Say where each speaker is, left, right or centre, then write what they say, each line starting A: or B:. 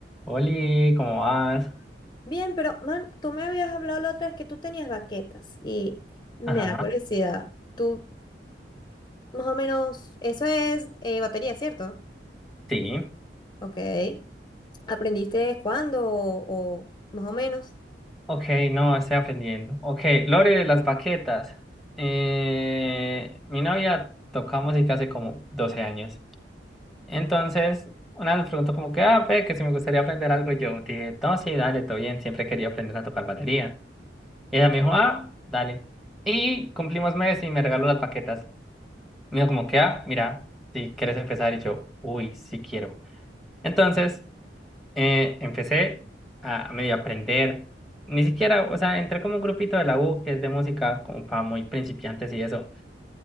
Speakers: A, in the centre; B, on the left.
A: Oli, ¿cómo vas?
B: Bien, pero man, tú me habías hablado la otra vez que tú tenías baquetas y me
A: Ajá,
B: da curiosidad. Tú, más o menos, eso es eh, batería, ¿cierto?
A: Sí,
B: Ok. ¿Aprendiste cuándo o, o más o menos?
A: ok, no, estoy aprendiendo. Ok, Lore de las baquetas. Eh, mi novia toca música hace como 12 años. Entonces, una vez me preguntó como que, ah, ve, que si me gustaría aprender algo. y Yo dije, no, sí, dale, todo bien, siempre quería aprender a tocar batería. Y ella me dijo, ah, dale. Y cumplimos mes y me regaló las baquetas. Me dijo como que, ah, mira, si quieres empezar. Y yo, uy, sí quiero. Entonces... Eh, empecé a, a medio aprender, ni siquiera, o sea, entré como un grupito de la U que es de música, como para muy principiantes y eso,